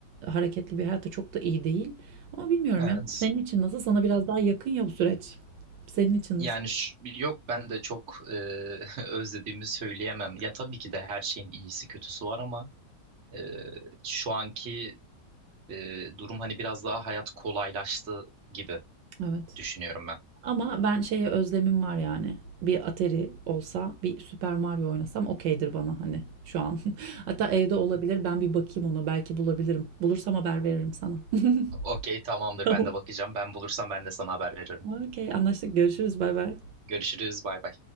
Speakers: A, on the right; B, on the right.
A: hareketli bir hayat da çok da iyi değil. Ama bilmiyorum
B: Evet.
A: ya. Senin için nasıl? Sana biraz daha yakın ya bu süreç. Senin için
B: Yani
A: nasıl?
B: ş- yok ben de çok e, <laughs> özlediğimi söyleyemem. Ya tabii ki de her şeyin iyisi kötüsü var ama e, şu anki e, durum hani biraz daha hayat kolaylaştı gibi
A: Evet.
B: düşünüyorum ben.
A: Ama ben şeye özlemim var yani. Bir Atari olsa, bir Super Mario oynasam okeydir bana hani şu an. <laughs> Hatta evde olabilir. Ben bir bakayım ona. Belki bulabilirim. Bulursam haber veririm sana. <laughs>
B: Okey tamamdır
A: Tamam.
B: ben de bakacağım. Ben bulursam ben de sana haber veririm.
A: Okey, anlaştık. Görüşürüz. Bay bay.
B: Görüşürüz bay bay.